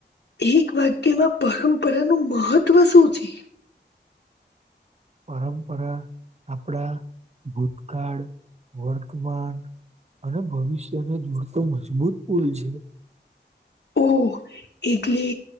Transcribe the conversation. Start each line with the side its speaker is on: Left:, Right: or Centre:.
Left: એક વાક્યમાં પરંપરાનું મહત્વ શું છે
Right: પરંપરા આપણા ભૂતકાળ વર્તમાન અને ભવિષ્યને જોડતો મજબૂત પુલ છે
Left: ઓ એટલે